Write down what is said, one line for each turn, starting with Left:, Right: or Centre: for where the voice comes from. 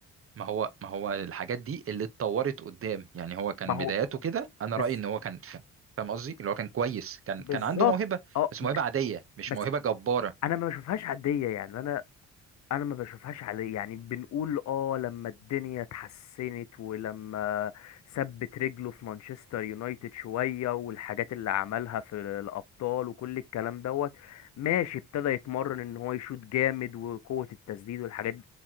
Right: ما هو ما هو الحاجات دي اللي اتطورت قدام يعني هو كان
Left: ما هو
Right: بداياته كده انا
Left: بز...
Right: رأيي ان هو كان كان- فاهم قصدي اللي هو كان كويس كان
Left: بالظبط
Right: كان عنده موهبة
Left: اه
Right: بس
Left: وك...
Right: موهبة عادية مش
Left: بس
Right: موهبة جبارة
Left: انا ما بشوفهاش عاديه يعني انا انا ما بشوفهاش عليه يعني بنقول اه لما الدنيا اتحسنت ولما ثبت رجله في مانشستر يونايتد شوية والحاجات اللي عملها في الابطال وكل الكلام دوت ماشي ابتدى يتمرن ان هو يشوط جامد وقوة التسديد والحاجات دي